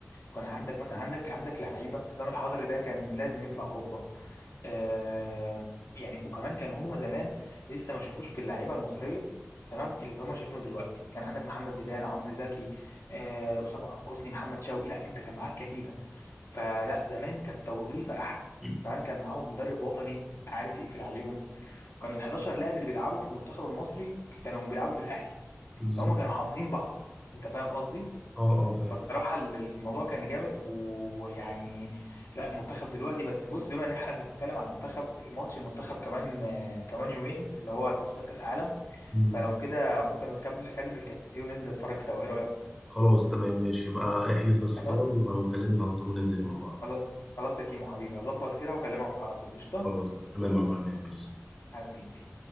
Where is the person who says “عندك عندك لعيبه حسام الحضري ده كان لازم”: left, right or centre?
Left